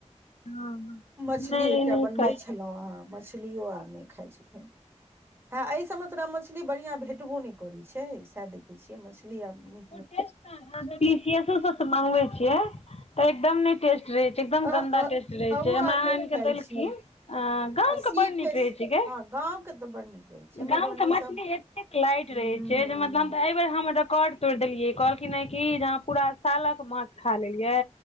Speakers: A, on the left (about 60°); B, on the right (about 20°).
A: हँ
B: मछली
A: नहि
B: एकटा
A: नहि
B: बनबै
A: खाइ छै
B: छलोअ अ मछ, मछलियो आब नेय खाय छथिन आ एय सब मे तोरा मछली बढ़िया भेटबो नैए कोरे छै। तै सेए देखे छियै मछ, लिअ नि,
A: फ्रिलिपकेसुस सब स मगबै छियै। त एकदम नई टेस्ट रहै छै एकदम
B: ह
A: गन्दा
B: अ
A: टेस्ट रहै
B: हमहूँ
A: छै हमरा
B: आब नहि
A: आइन के
B: खाइ
A: देलखिन,
B: छियै
A: अ गामके
B: सी
A: बड़ नीक
B: फेस
A: रहै छै ग,
B: हँ गाँव केत बड़ नीक। रहै छै
A: गाम
B: मधुबनी
A: के मछली
B: सब
A: एतेक लाइट
B: ह
A: रैए छै, मतलब अय बेेर हम रिकॉर्ड तोइर देलियै कहलखिन ह कि जेह पूरा, सालक माछ खा लेलियै।